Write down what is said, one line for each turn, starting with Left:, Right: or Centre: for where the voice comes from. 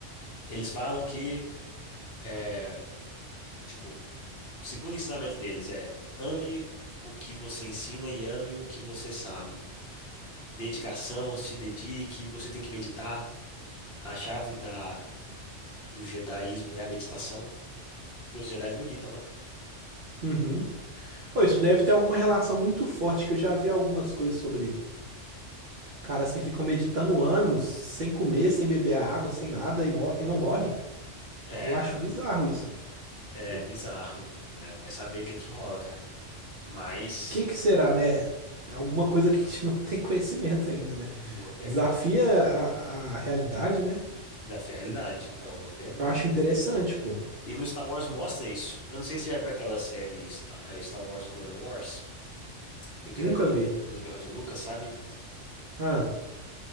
Left: Eles falam que, é, tipo, segundo o ensinamento deles, é ame o que você ensina e ame o que você sabe. dedicação, se dedique, você tem que meditar. A chave da, do jedaísmo é a meditação, porque os jedis meditam, né?
Right: uhum. Ô, isso deve ter alguma relação muito forte, que eu já vi algumas coisas sobre caras que ficam meditando anos, sem comer, sem beber a água, sem nada e, mor e não morre.
Left: É,
Right: Eu acho bizarro isso,
Left: é
Right: pô. O
Left: bizarro. É, vai saber o que que rola, cara. Mas,
Right: que que será, né? Alguma coisa que a gente <laughs> não tem conhecimento ainda, né?
Left: hum, boa pergunta.
Right: Desafia a, a realidade, né?
Left: Da realidade, é uma boa pergunta.
Right: Eu acho interessante, pô.
Left: E no Star Wars mostra isso. Eu não sei se você já viu aquela série Star eh, Star Wars Clone Wars, que foi criada
Right: Nunca
Left: pelo,
Right: vi.
Left: pelo George Lucas, sabe?
Right: Ah,